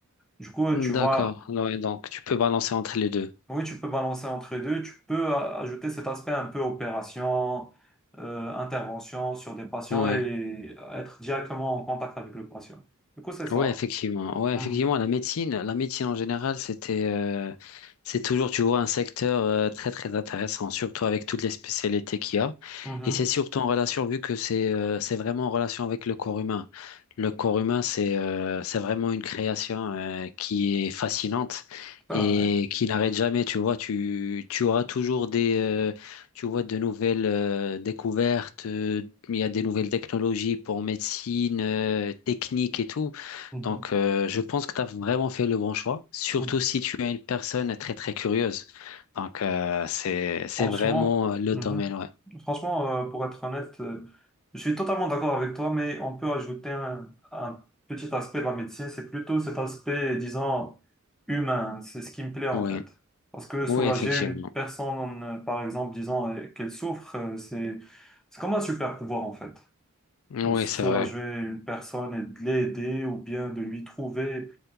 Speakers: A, in the centre; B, on the left (about 65°).
A: Du coup, euh,
B: D'accord.
A: tu vas
B: Ouais, donc, tu peux balancer entre les deux.
A: Oui, tu peux balancer entre les deux. Tu peux a- ajouter cet aspect un peu opération, euh, intervention sur des patients
B: Ouais.
A: et être directement en contact avec le patient. Du coup, c'est ça.
B: Ouais, effectivement. Ouais,
A: Mhm.
B: effectivement, la médecine, la médecine en général, c'était, euh, c'est toujours, tu vois, un secteur euh, très très intéressant, surtout avec toutes les spécialités qu'il y a.
A: Mhm.
B: Et c'est surtout en relation, vu que c'est, euh, c'est vraiment en relation avec le corps humain. Le corps humain, c'est, euh, c'est vraiment une création euh, qui est fascinante
A: C'est
B: et
A: vrai.
B: qui n'arrête jamais. Tu vois, tu, tu auras toujours des, euh, tu vois, de nouvelles euh, découvertes. euh, Il y a des nouvelles technologies pour médecine, euh, technique et tout.
A: Mhm.
B: Donc, euh, je pense que tu as vraiment fait le bon choix, surtout
A: Mhm.
B: si tu es une personne très, très curieuse. Donc, euh, c'est, c'est
A: Franchement.
B: vraiment euh, le
A: mhm.
B: domaine, ouais.
A: Franchement, euh, pour être honnête, euh, je suis totalement d'accord avec toi, mais on peut ajouter un, un petit aspect de la médecine, c'est plutôt cet aspect, disons, humain. C'est ce qui me plaît en
B: Oui,
A: fait. Parce que soulager
B: oui, effectivement.
A: une personne, euh, par exemple, disant euh, qu'elle souffre, euh, c'est, c'est comme un super pouvoir en fait.
B: Oui,
A: De soulager
B: c'est vrai.
A: une personne et de l'aider ou bien de lui trouver